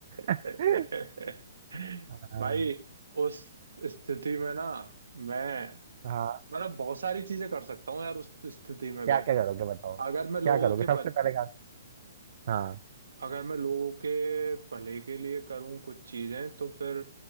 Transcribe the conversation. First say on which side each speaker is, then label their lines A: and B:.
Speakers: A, on the right (about 75°); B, on the right (about 55°).
A: <laughs>
B: <laughs> हाँ
A: भाई उस स्थिति में ना मैं
B: हाँ
A: मतलब बहुत सारी चीजें कर सकता हूँ यार उस स्थिति में
B: क्या
A: मैं
B: क्या करोगे बताओ
A: अगर मैं लोगों
B: क्या करोगे
A: के
B: सबसे
A: भल
B: पहले का हाँ
A: अगर मैं लोगों के भले के लिए करूँ कुछ चीजें तो फिर